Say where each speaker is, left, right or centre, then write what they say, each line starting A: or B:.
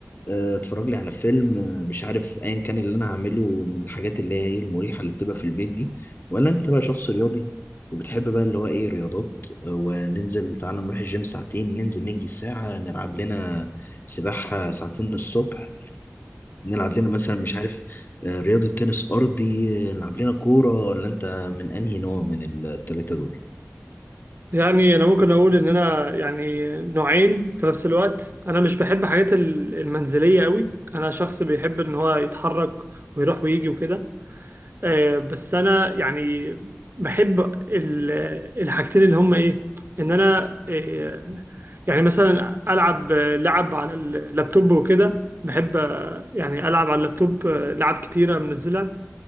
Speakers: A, on the left (about 50°); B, on the right (about 50°).
A: آه، اتفرج لي على فيلم آه، مش عارف ايا كان اللي انا هعمله من الحاجات اللي هي ايه المريحه اللي بتبقى في البيت دي ولا انت بقى شخص رياضي وبتحب بقى اللي هو ايه رياضات آه، وننزل تعالى نروح الجيم ساعتين ننزل نجري ساعه نلعب لنا سباحه ساعتين الصبح نلعب لنا مثلا مش عارف آه، رياضه تنس ارضي آه، نلعب لنا كوره ولا انت من انهي نوع من الثلاثه دول
B: يعني انا ممكن اقول ان انا يعني نوعين في نفس الوقت انا مش بحب حاجات ال- المنزليه قوي انا شخص بيحب ان هو يتحرك ويروح ويجي وكده آه، بس انا يعني بحب ال- الحاجتين اللي هم ايه ان انا آه، يعني مثلا العب لعب على اللابتوب وكده بحب آه، يعني العب على اللابتوب آه، لعب كتيره منزلها